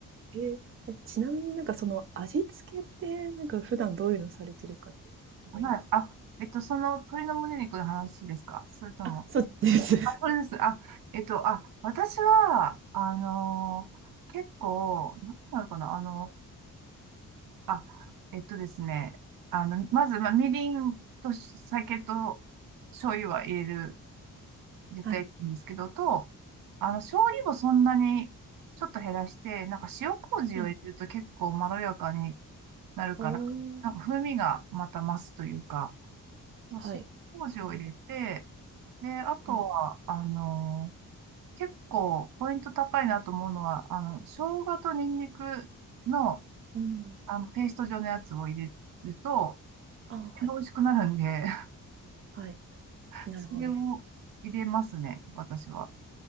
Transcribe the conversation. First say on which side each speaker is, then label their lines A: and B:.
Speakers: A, on the right; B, on the right.
A: えーえちなみになんかその味付けって、なんか普段どういうのされてるかって聞いてもいいですか
B: はい。あ、えっと、その鶏の胸肉の話ですかそれとも。
A: あ、そうです。
B: あ、それです。あ、えっと、あ、私は、あのー結構、何て言うのかな、あのあ、えっとですね。あの、まず、まあ、みりんと酒と醤油は入れる、絶対いいんですけど、
A: <laughs> はい。
B: と、あの、醤油をそんなにちょっと減らして、なんか塩麹を入れると結構まろやかに
A: はい。
B: なるから、
A: あー
B: なんか風味がまた増すというか、
A: はい。
B: 塩麹を入れて、
A: あー
B: で、あとは、
A: はい。
B: あの、結構ポイント高いなと思うのは、あの、生姜とニンニクの、
A: うん。
B: あの、ペースト状のやつを入れると、
A: あーはい。
B: 美味しくなるんで、
A: はい。
B: <laughs>
A: なるほど。
B: それを入れますね、私は。